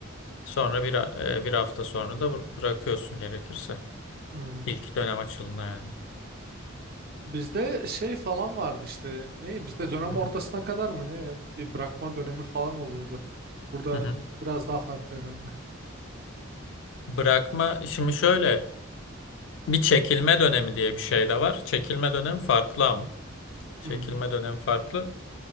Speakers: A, on the left (about 60°); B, on the right (about 45°).
A: Sonra bir, a- e, bir hafta sonra da bır- bırakıyorsun gerekirse.
B: Hmm.
A: İlk dönem açılına yani.
B: Bizde şey falan vardı işte. Ne? Bizde dönem
A: Hı hı.
B: ortasına kadar mı ne? Bir bırakma dönemi falan oluyordu. Burada
A: Hı hı.
B: biraz daha farklı herhalde.
A: Bırakma şimdi şöyle bir çekilme dönemi diye bir şey de var. Çekilme dönemi farklı ama. Çekilme
B: Hmm.
A: dönemi farklı.